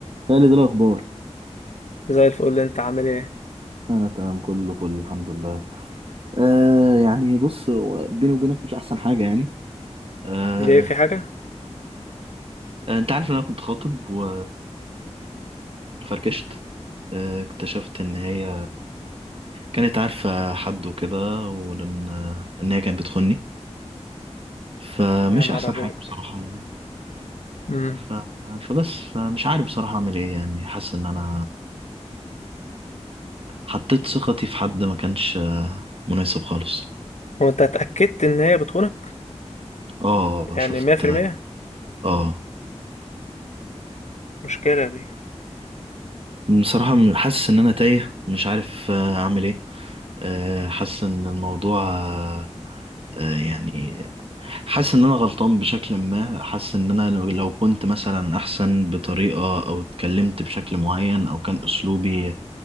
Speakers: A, on the right (about 55°); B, on the left (about 85°).
A: خالد إيه الأخبار
B: زي الفل اللي انت عامل ايه
A: أنا تمام كله فل الحمد لله آه يعني بص هو بيني وبينك مش أحسن حاجة يعني آه
B: دي في حاجة
A: أنت عارف إن أنا كنت خاطب و فركشت آه، اكتشفت إن هي كانت عارفة حد وكده وإن إن هي كانت بتخوني فمش
B: يا نهار
A: أحسن
B: ابيض
A: حاجة بصراحة يعني
B: امم
A: ف... فبس فمش عارف بصراحة أعمل إيه يعني حاسس إن أنا حطيت ثقتي في حد ما كانش آه، مناسب خالص
B: هو انت اتأكدت ان هي بتخونك
A: اه
B: يعني
A: شفت
B: مية في المية
A: اه
B: مشكلة دي
A: بصراحة م- حاسس إن أنا تايه مش عارف آه، أعمل إيه آه، حاسس إن الموضوع آه، آه، يعني حاسس إن أنا غلطان بشكل ما حاسس إن أنا لو لو كنت مثلا أحسن بطريقة أو اتكلمت بشكل معين أو كان أسلوبي